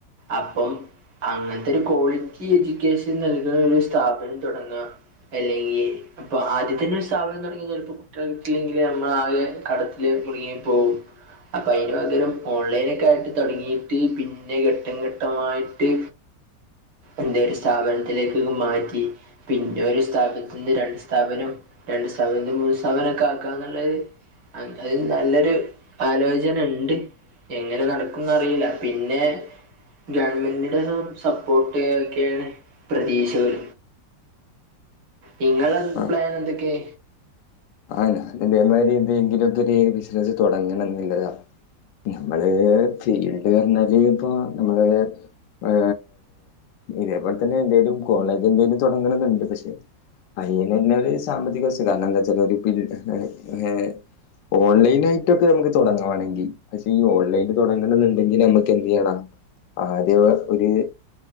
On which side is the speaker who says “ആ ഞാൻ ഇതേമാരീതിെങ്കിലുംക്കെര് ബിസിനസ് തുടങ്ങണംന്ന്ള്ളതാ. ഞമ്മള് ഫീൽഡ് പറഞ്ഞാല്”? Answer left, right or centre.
Left